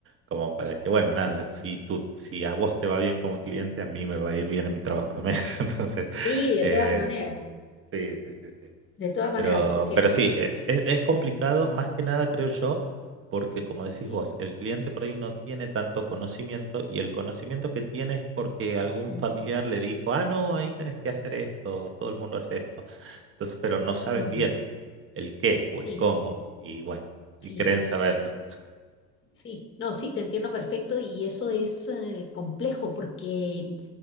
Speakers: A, on the right; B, on the left.
A: como para que, bueno, nada, si tú, si a vos te va bien como cliente, a mí me va a ir bien en mi trabajo también. <laughs> Entonces,
B: Sí,
A: eh,
B: de todas maneras,
A: sí, sí, sí, sí.
B: de todas maneras,
A: Pero,
B: porque...
A: pero sí,
B: eh,
A: es, es, es complicado, más que nada creo yo, porque como decís
B: Sí,
A: vos, el cliente por ahí no tiene tanto conocimiento y el conocimiento que tiene es porque algún
B: mm,
A: familiar le dijo, ah, no, ahí tenés que hacer esto, todo el mundo hace esto. Entonces, pero no saben
B: mm,
A: bien el qué o el
B: sí,
A: cómo y bueno,
B: sí.
A: y creen saberlo.
B: Sí, no, sí, te entiendo perfecto y eso es eh, complejo porque